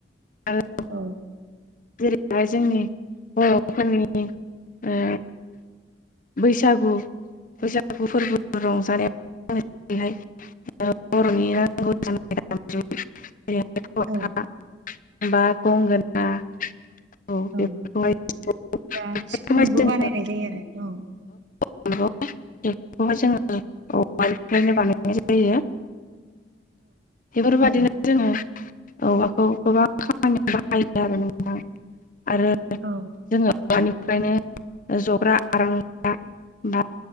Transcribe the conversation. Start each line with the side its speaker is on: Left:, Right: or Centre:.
Left: आरो
Right: औ।
Left: जेरैहाय जोंनि बर'फोरनि ओ बैसागु बैसागु फोरबो रंजानाय <unintelligible> <unintelligible> <unintelligible>
Right: औ
Left: औ बेफोरखौहाय
Right: औ बा सिफुंबो
Left: जों
Right: बानायनाय जायो आरो औ।
Left: <unintelligible> बेफोरखौहाय जोङो औवानिफ्रायनो बानायनाय जायो। बेफोरबायदिनो जोङो औवाखौ गोबां खामानियाव बा आयदा आरो नोंथां आरो
Right: औ
Left: जोङो औवानिफ्रायनो जग्रा आरांगा बा